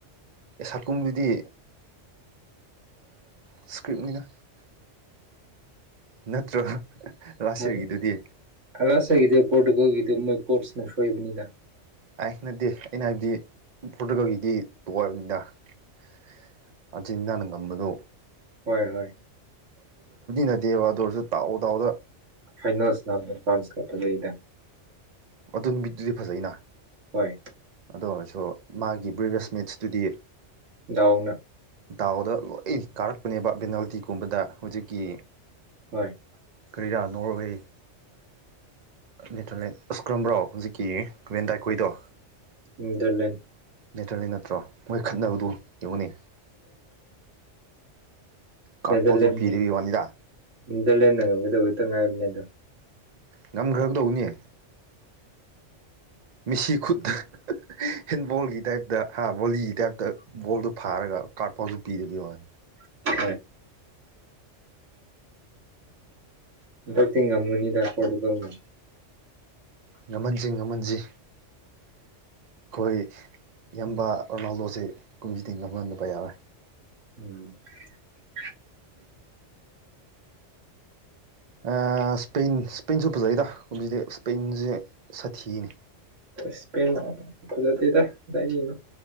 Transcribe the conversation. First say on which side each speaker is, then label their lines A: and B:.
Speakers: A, on the right; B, on the right.
A: ꯁꯥꯒꯨꯝꯗꯨꯗꯤ ꯏꯁ꯭ꯀ꯭ꯔꯤꯞꯅꯤꯗ ꯅꯠꯇ꯭ꯔꯣ ꯂꯥꯁ
B: <unintelligible>
A: ꯌꯔꯒꯤꯗꯨꯗꯤ
B: ꯄꫭꫪꯇꯨꯜꯒꯤꯗꯨꯃꯛ꯫ ꯀꫭꯆꯅ ꯁꯣꯏꯕꯅꯤꯗ꯫
A: ꯑꯩ ꯅꯠꯇꯦ ꯑꯩꯅ ꯍꯥꯏꯕꯗꯤ ꯄꯣꫪꯇꯨꯒꯜꯒꯤꯗꯤ ꯄꫭꯔꯅꯤꯗ <unintelligible> ꯅꯪꯅ ꯉꯝꯕꯗꯨ꯫
B: ꯍꯣꯏ ꯍꯣꯏ
A: ꯅꯠꯇꯦꯕ ꯑꯗꯨ ꯑꯣꯏꯔꯁꯨ ꯗꯥꯎ ꯗꯥꯎꯗ
B: ꯐꯥꯏꯜꯁ ꯐ꯭ꯔꯥꯟꯁ ꯐꯖꯩꯗ
A: ꯑꯗꯨꯅꯨꯕꯤꯗꯨꯗꯤ ꯐꯖꯩꯅ
B: ꯍꯣꯏ
A: ꯑꯗꯨ ꯑꯣꯏꯔꯁꯨ꯫ ꯃꯥꯒꯤ ꯕ꯭ꯔꯦꯕꯦꯁꯃꯦꯠꯁꯇꯨꯗꯤ꯫
B: ꯗꯥꯎꯅ꯫
A: ꯗꯥꯎꯗ ꯂꯣꯏ ꯀꯥꯔꯛꯄꯅꯦꯕ ꯕꯦꯅꯥꯜ꯫ ꯇꯤꯒꯨꯝꯕꯗ ꯍꯨꯖꯤꯛꯀꯤ꯫
B: ꯍꯣꯏ꯫
A: ꯀ꯭ꯔꯤꯗꯥꯥ ꯅꯣꯔꯋꯦ꯫ ꯅꯦꯇ꯭ꯔꯦꯠ ꯑꯁꯀ꯭ꯔꯝꯕ꯭ꯔꯣ ꯍꯨꯖꯤꯛꯀꯤ ꯕꯦꯟ ꯗꯥꯏꯈꯣꯏꯗꯣ꯫
B: ꯅꯦꯗꫪꯂꯦꯟꯂꯦꯟ
A: ꯅꯦꯗꫪꯂꯦꯟ ꯅꯠꯇ꯭ꯔꯣ ꯃꯣꯏ ꯈꯠꯅꯕꯗꯨ ꯌꯦꯡꯉꯨꯅꯦ꯫ ꯀꯥꯔꯠ
B: ꯅꯦꯗꫪꯂꯦꯟ
A: ꯐꯥꯎꯁꯨ ꯄꯤꯗꯕꯒꯤ ꯋꯥꯅꯤꯗ
B: ꯅꯦꯗꫪꯂꯦꯟꯅ ꯉꯝꯒꯗꯕꯗꯨ꯫ ꯇꯉꯥꯏꯕꯅꯦ ꯑꯗꯣ꯫
A: ꯉꯝꯈ꯭ꯔ ꯗꯧꯅꯦ ꯃꯤꯁꯤ ꯈꯨꯠꯇ ꯍꯦꯟꯕꯣꯜꯒꯤ ꯇꯥꯏꯞꯇ ꯍꯥ ꯕꯣꯂꯤꯒꯤ ꯇꯥꯏꯞꯇ ꯕꯣꯜꯗꯨ ꯐꯥꯔꯒ ꯀꯥꫪꯠ ꯄꯥꯎꯁꯨ ꯄꯤꯗꯕꯤ ꯋꯥꯅꯤ꯫
B: <unintelligible> ꯍꯟꯇꯛꯗꯤ ꯉꯝꯒꯅꯤꯗ ꯄꫭꫪꯇꯨꯒꯜꯅ
A: ꯉꯝꯍꯟꯁꯤ ꯉꯝꯍꯟꯁꯤ꯫ ꯑꯩꯈꯣꯏ ꯌꯕꯥ ꯔꯣꯅꯥꯜꯗꯣꯁꯦ ꯀꯨꯝꯖꯤꯗꯤ ꯉꯝꯍꯟꯗꯕ ꯌꯥꯔꯣꯏ꯫
B: <unintelligible>
A: ꯑꯥ ꯏꯁꯄꯦꯟ ꯏꯁꯄꯦꯟꯁꯨ ꯐꯖꯩꯗ ꯏꯁꯄꯦꯟꯁꯦ ꯁꯥꯊꯤꯅꯤ
B: ꯏꯁꯄꯦꯟ ꯐꯖꯗꯦꯗ ꯀꯗꯥꯏꯗꯩꯅꯣ꯫